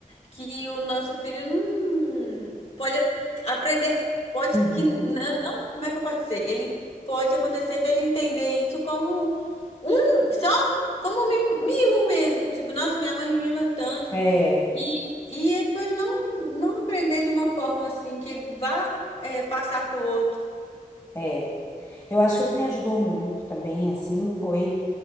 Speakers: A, on the left; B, on the left.
A: que o nosso filho não pode a- aprender, pode
B: Uhum.
A: que n- não, como é que eu posso dizer? Ele pode acontecer dele entender isso como um, só como um mim- mimo mesmo, tipo, nossa, minha mãe me mima tanto,
B: É,
A: e, e ele pode não, não aprender de uma forma assim, que ele vá, eh, passar para o outro.
B: é. Eu acho que o que me ajudou muito também, assim, foi